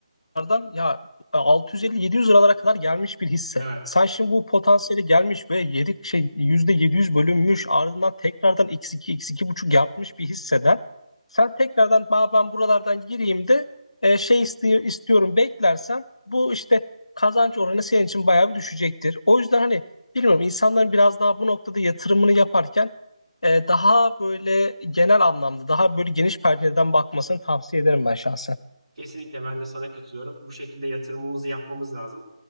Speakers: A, on the left; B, on the right.
A: dolardan ya 650-700 liralara kadar gelmiş bir hisse.
B: Evet.
A: Sen şimdi bu potansiyeli gelmiş ve 7 şey %700 bölünmüş ardından tekrardan x2 x iki buçuk yapmış bir hisseden sen tekrardan "Ba, ben buralardan gireyim de e, şey istiyor, istiyorum beklersen bu işte kazanç oranı senin için bayağı bir düşecektir. O yüzden hani bilmiyorum insanların biraz daha bu noktada yatırımını yaparken e, daha böyle genel anlamda daha böyle geniş pencereden bakmasını tavsiye ederim ben şahsen.
B: Kesinlikle ben de sana katılıyorum. Bu şekilde yatırımımızı yapmamız lazım.